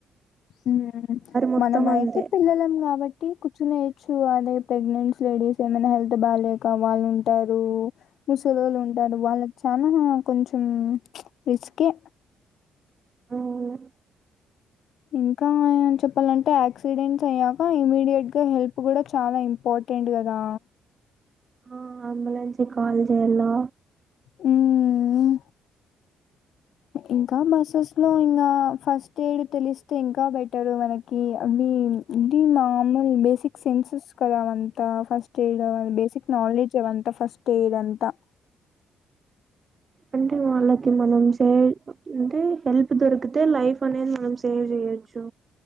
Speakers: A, on the left; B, on the right.
A: ఉ
B: మొత్తం
A: మనమ
B: అంతే
A: అయితే పిల్లలం కాబట్టి కూర్చునే ఛు అదే ప్రెగ్నెంట్స్ లేడీస్ ఏమైనా హెల్త్ బాగాక వాళ్ళు ఉంటారు. ముసలోళ్ళు ఉంటారు. వాళ్ళకి చాలా కొంచెం రిస్కే.
B: అవునా.
A: ఇంకాచెప్పాలంటే యాక్సిడెంట్స్ అయ్యాక ఇమ్మీడియట్ గా హెల్ప్ కూడా చాలా ఇంపార్టెంట్ కదా.
B: ఆ అంబులనెస్ కి కాల్ ఎలా
A: హ్మ్ ఇంకా బస్సెస్ లో ఇంకా ఫస్ట్ ఎయిడ్ తెలిస్తే ఇంకా బెటరు మనకి, అవి ఇవి మామూలు బేసిక్ సెన్సెస్ కదా అవంతా ఫస్ట్ ఎయిడ్ బేసిక్ నాలెడ్జ్ అవంతా ఫస్ట్ ఎయిడ్ అంతా.
B: అంటే వాళ్ళకి మనం సేవ్ అంటే హెల్ప్ దొరికితే లైఫ్ అనేది మనం సేవ్ చేయొచ్చు.